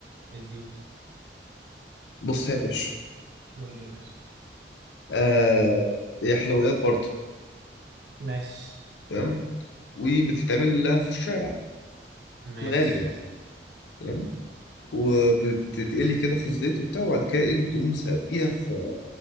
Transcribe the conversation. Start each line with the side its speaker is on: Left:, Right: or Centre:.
Right: اديني
Left: بص يا باشا
Right: قول لي يا باشا
Left: آه هي حلويات برضه
Right: ماشي
Left: تمام وبتتعمل لها في الشارع
Right: ماشي
Left: في الغالب يعني تمام وبتتقلي كده في الزيت وبتاع وبعد كده ايه تقوم ساقيها في